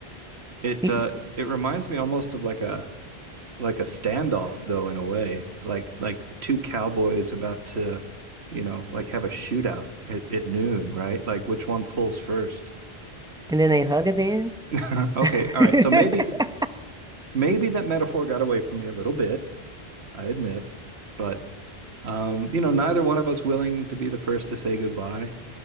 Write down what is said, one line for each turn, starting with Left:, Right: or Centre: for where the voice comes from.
Right: it
Centre: And
Right: uh it reminds me almost of like a like a standoff though in a way like like two cowboys about to you know like have a shootout at, at noon right like which one pulls first
Centre: then they hug at the end.
Right: <laughs> okay
Centre: <laughs>
Right: all right so maybe maybe that metaphor got away from me a little bit i admit but um you know neither one of us willing to be the first to say goodbye